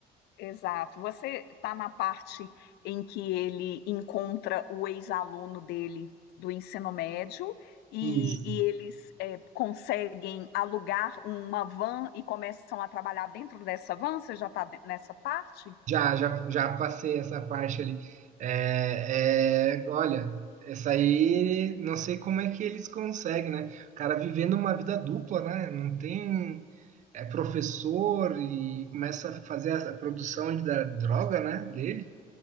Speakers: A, on the left (about 75°); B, on the right (about 45°).
A: Exato. Você está na parte em que ele encontra o ex-aluno dele do ensino médio e,
B: Isso.
A: e eles é, conseguem alugar uma van e começam a trabalhar dentro dessa van. Você já está nessa parte?
B: Já, já, já passei essa parte ali. É, é, olha, essa aí, não sei como é que eles conseguem, né? O cara vivendo uma vida dupla, né? Não tem, é professor e começa a fazer a produção da droga, né? Dele.